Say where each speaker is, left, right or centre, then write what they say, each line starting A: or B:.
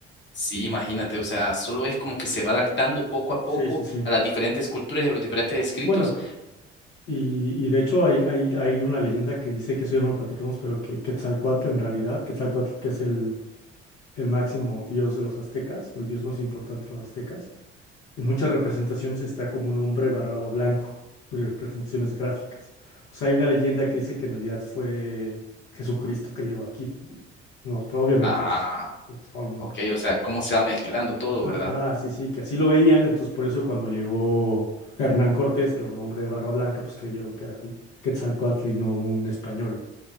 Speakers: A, on the left; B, on the left.
A: Sí, imagínate, o sea, solo es como que se va adaptando poco a poco
B: Sí, sí, sí.
A: a las diferentes culturas y a los diferentes escritos.
B: Bueno, y, y de hecho hay, hay, hay una leyenda que dice que eso ya no lo platicamos, pero que Quetzalcóatl en realidad, Quetzalcóatl que es el, el máximo dios de los aztecas, o el dios más importante de los aztecas, En muchas representaciones está como un hombre barbado blanco, representaciones gráficas. Entonces hay una leyenda que dice que en realidad fue Jesucristo que llegó aquí. No, pero obviamente
A: Ah,
B: es, son-
A: ok, o sea, cómo se va mezclando todo,
B: ajá,
A: ¿verdad?
B: sí, sí, que así lo veían, entonces por eso cuando llegó Hernán Cortés, que era un hombre de barba blanca, pues creyeron que era Quetzalcóatl y no un español